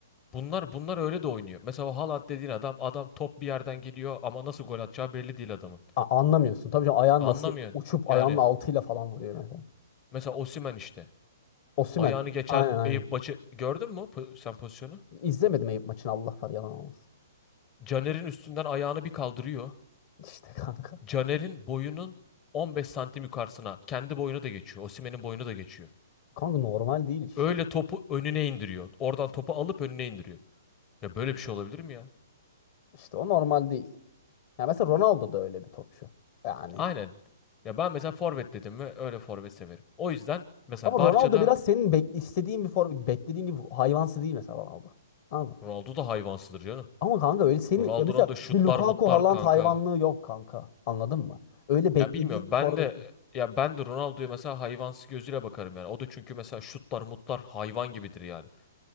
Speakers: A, on the left; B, on the left.
A: Bunlar bunlar öyle de oynuyor. Mesela o Haaland dediğin adam adam top bir yerden geliyor ama nasıl gol atacağı belli değil adamın.
B: A- anlamıyorsun. Tabii canım ayağın
A: Anlamıyorsun.
B: nasıl uçup
A: Yani
B: ayağının altıyla falan vuruyor mesela.
A: mesela Osimhen işte.
B: Osimhen.
A: Ayağını geçen
B: Aynen aynen.
A: Eyüp maçı gördün mü po- sen pozisyonu?
B: İzlemedim Eyüp maçını Allah var yalan olmasın.
A: Caner'in üstünden ayağını bir kaldırıyor.
B: İşte kanka.
A: Caner'in boyunun 15 santim yukarısına kendi boyunu da geçiyor. Osimhen'in boyunu da geçiyor.
B: Kanka normal değil işte.
A: Öyle topu önüne indiriyor. Oradan topu alıp önüne indiriyor. Ya böyle bir şey olabilir mi ya?
B: İşte o normal değil. Ya mesela Ronaldo da öyle bir topçu. Yani
A: Aynen. Ya ben mesela forvet dedim mi öyle forvet severim. O yüzden mesela
B: Ama
A: Barça'da
B: Ronaldo biraz senin bek istediğin bir forvet, beklediğin gibi hayvansı değil mesela Ronaldo. Anladın mı?
A: Ronaldo da hayvansıdır canım.
B: Ama kanka öyle senin
A: Ronaldo'nun
B: ya mesela
A: da şutlar
B: bir Lukaku
A: mutlar
B: Haaland
A: kanka.
B: hayvanlığı yok kanka. Anladın mı? Öyle beklediğin
A: Ya bilmiyorum
B: bir forvet
A: ben de ya ben de Ronaldo'ya mesela hayvansı gözüyle bakarım yani. O da çünkü mesela şutlar mutlar hayvan gibidir yani.